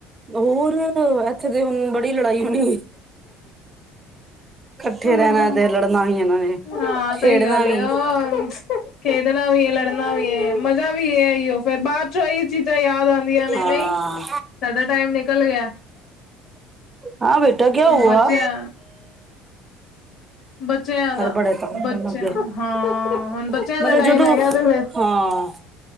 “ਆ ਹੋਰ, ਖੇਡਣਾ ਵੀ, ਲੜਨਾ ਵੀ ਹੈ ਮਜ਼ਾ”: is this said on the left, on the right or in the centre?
Left